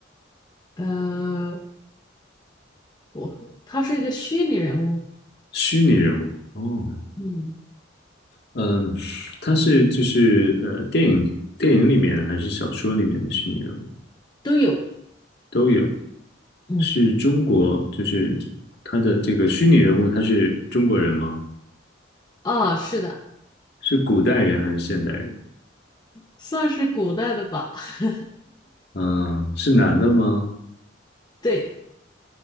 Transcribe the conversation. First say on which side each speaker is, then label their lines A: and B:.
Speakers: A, on the left; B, on the left.
A: 呃，我他是一个虚拟人物，
B: 虚拟人物哦，
A: 嗯，
B: 嗯，他是就是呃，电影电影里面还是小说里面的虚拟人物
A: 都有，
B: 都有，
A: 嗯，
B: 是中国就是他的这个虚拟人物，他是中国人吗？
A: 啊，是的，
B: 是古代人还是现代人？
A: 算是古代的吧，<laughs>
B: 嗯，是男的吗？
A: 对，